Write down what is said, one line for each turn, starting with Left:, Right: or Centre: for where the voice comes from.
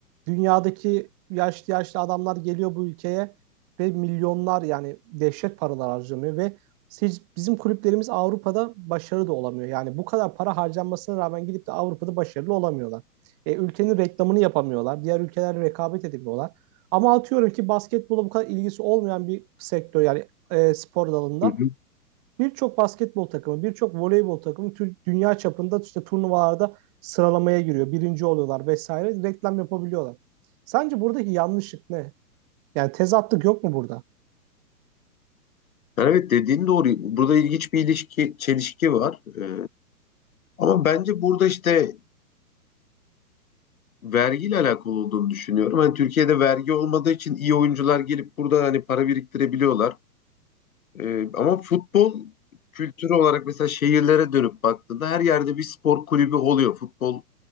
Right: dünyadaki yaşlı yaşlı adamlar geliyor bu ülkeye ve milyonlar yani dehşet paralar harcanıyor ve siz, bizim kulüplerimiz Avrupa'da başarılı da olamıyor. Yani bu kadar para harcanmasına rağmen gidip de Avrupa'da başarılı olamıyorlar. E, ülkenin reklamını yapamıyorlar. Diğer ülkelerle rekabet edemiyorlar. Ama atıyorum ki basketbola bu kadar ilgisi olmayan bir sektör yani e, spor dalında
Left: Hı hı.
Right: birçok basketbol takımı, birçok voleybol takımı tür- dünya çapında işte turnuvalarda sıralamaya giriyor. Birinci oluyorlar vesaire. Reklam yapabiliyorlar. Sence buradaki yanlışlık ne? Yani tezatlık yok mu burada?
Left: Yani evet dediğin doğru. Burada ilginç bir ilişki, çelişki var. Ee, ama bence burada işte vergiyle alakalı olduğunu düşünüyorum. Hani Türkiye'de vergi olmadığı için iyi oyuncular gelip burada hani para biriktirebiliyorlar. Ee, ama futbol kültürü olarak mesela şehirlere dönüp baktığında her yerde bir spor kulübü oluyor. Futbol